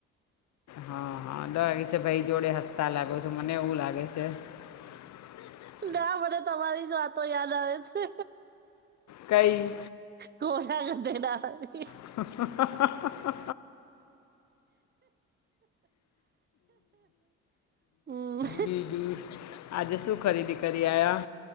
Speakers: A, on the left; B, on the right.
A: હા હા દાગ છે ભાઈ જોડે હસતા લાગો છો મને એવું લાગે છે એ <unintelligible>
B: હા મને તમારી જ વાતો યાદ આવે છે
A: કઈ
B: ઘોડા ગધેડા ની
A: હ <unintelligible>
B: હમ,
A: બીજું આજે શું ખરીદી કરી આવ્યા